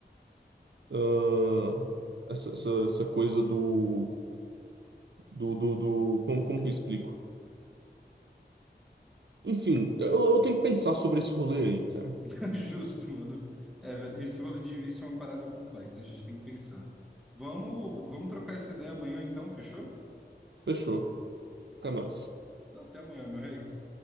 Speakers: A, on the right; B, in the centre.
A: ah, essa, essa, essa coisa do, do, do, do- como, como que eu explico? Enfim, eu, eu tenho que pensar sobre esse rolê aí, cara.
B: <laughs> Justo, mano. É, velho, esse rolê de vício é uma parada complexa, a gente tem que pensar. Vamos, vamos trocar essa ideia amanhã então, fechou?
A: Fechou. Até mais.
B: Então, Até amanhã, meu rei.